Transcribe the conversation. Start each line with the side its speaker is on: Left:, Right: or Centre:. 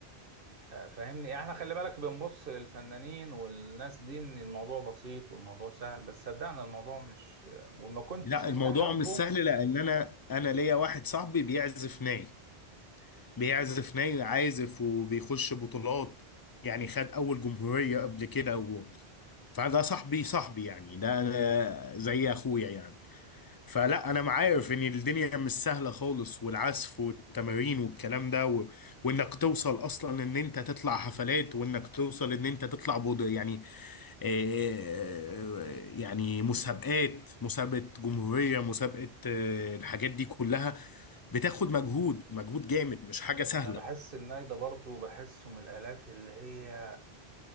Right: آه، فاهمني يعني احنا خلي بالك بنبص للفنانين والناس دي ان الموضوع بسيط والموضوع سهل بس صدقنا الموضوع مش آه، وما كنتش
Left: لا
Right: انت
Left: الموضوع
Right: حبه
Left: مش سهل لان انا انا ليا واحد صاحبي بيعزف ناي بيعزف ناي عازف وبيخش بطولات يعني خد اول جمهورية قبل كده و... فده صاحبي صاحبي يعني ده أنا زي اخويا يعني فلا انا عارف ان الدنيا مش سهله خالص والعزف والتمارين والكلام ده و... وانك توصل اصلا ان انت تطلع حفلات وانك توصل ان انت تطلع بود يعني آه، يعني مسابقات مسابقه جمهوريه مسابقه آه، الحاجات دي كلها بتاخد مجهود مجهود جامد مش حاجه سهله
Right: انا بحس الناي ده برضه بحسه من الالات اللي هي